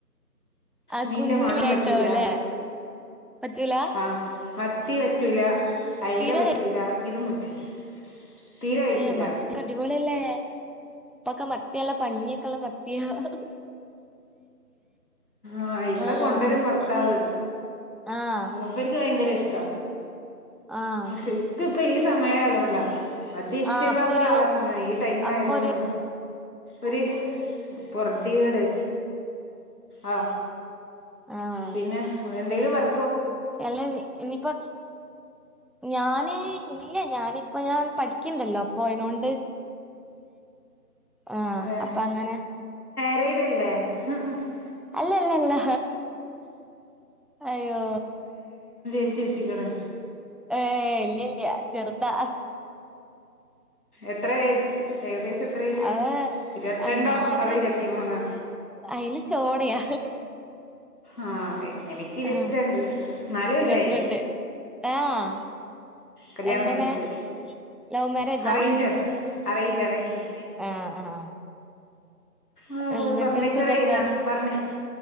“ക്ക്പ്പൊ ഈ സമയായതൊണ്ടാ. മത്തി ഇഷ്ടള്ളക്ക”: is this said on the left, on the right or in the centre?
Left